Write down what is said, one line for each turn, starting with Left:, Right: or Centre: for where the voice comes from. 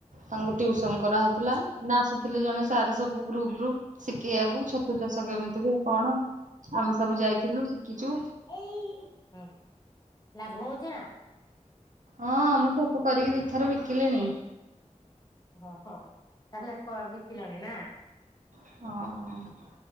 Right: ତାଙ୍କୁ ଟ୍ୟୁସନ କରାହଉଥିଲା, ମେ ଆସୁଥିଲେ ଜଣେ ସାର୍ ସବୁ ଗ୍ରୁପ ଗ୍ରୁପ ଶିଖେଇବାକୁ ଛତୁ ଚାଷ କେମିତି ହୁଏ କଣ, ଆମେ ସବୁ ଯାଇଥିଲୁ ଶିଖିଛୁ।
Left: ଏଇ ହଁ ଲାଭ ହଉଛି ନା?
Right: ହଁ ମୁଁ ଛତୁ କରିକି ଦିଥର ବିକିଲିଣି।
Left: ଓ ହୋ ହୋ ତାହେଲେ କ ବିକିଲଣି ନା?
Right: ହଁ